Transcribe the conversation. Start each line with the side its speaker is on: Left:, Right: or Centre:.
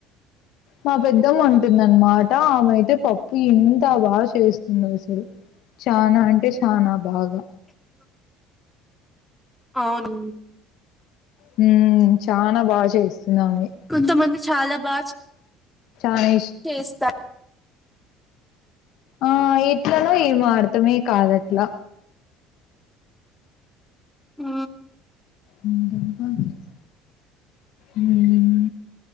Left: మా పెద్దం వంటుందన్మాట ఆమె అయితే పప్పు ఇంత బా చేస్తుందో అసలు చానా అంటే చానా బాగా
Centre: అవును
Left: హూ చానా బా చేస్తుందామే
Centre: కొంతమంది చాలా బా చే
Left: చాయిస్
Centre: చేస్తా
Left: ఆ ఇట్లనో ఏమో అర్తమే కాదట్లా
Centre: ఆ
Left: ఇన్ కెన్ని బాసెస్ ఉమ్